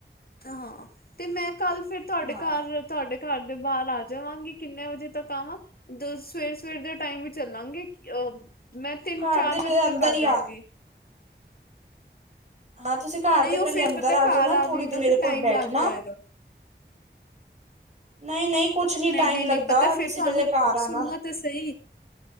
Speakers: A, on the left; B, on the right.
A: ਹਾਂ ਤੇ ਮੈਂ ਕੱਲ ਫਿਰ ਤੁਹਾਡੇ
B: ਹਾਂ
A: ਘਰ ਤੁਹਾਡੇ ਘਰ ਦੇ ਬਾਹਰ ਆ ਜਾਵਾਂਗੀ ਕਿੰਨੇ ਵਜੇ ਤੱਕ ਆਵਾਂ ਸਵੇਰ- ਸਵੇਰ ਦੇ ਟਾਈਮ ਵੀ ਚੱਲਾਂਗੇ, ਅ ਮੈਂ ਤਿੰਨ
B: ਘਰ
A: ਚਾਰ
B: ਦੇ
A: ਵਜੇ
B: ਅੰਦਰ
A: ਤੱਕ ਆ
B: ਹੀ
A: ਜਾਂਗੀ।
B: ਹਾਂ, ਤੁਸੀਂ ਘਰ
A: ਨਹੀਂ
B: ਦੇ ਪਹਿਲੇ
A: ਉਹ ਫੇਰ
B: ਅੰਦਰ
A: ਪਤਾ
B: ਆ
A: ਘਰ
B: ਜਾਣਾ। ਥੋੜ੍ਹੀ
A: ਗਈ
B: ਦੇਰ
A: ਨਾ
B: ਮੇਰੇ
A: ਤੇ
B: ਕੋਲ
A: ਟਾਈਮ
B: ਬੈਠਣਾ।
A: ਲੱਗ ਜਾਏਗਾ
B: ਨਹੀਂ, ਨਹੀਂ। ਕੁਛ
A: ਉਹ
B: ਨੀ
A: ਨਹੀਂ,
B: ਟਾਈਮ
A: ਨਹੀਂ,
B: ਲੱਗਦਾ
A: ਨਹੀਂ ਪਤਾ ਫਿਰ
B: ਤੁਸੀਂ
A: ਤੁਹਾਨੂੰ
B: ਪਹਿਲੇ ਘਰ
A: ਸੁਣੋ
B: ਆਣਾ
A: ਤੇ ਸਹੀ।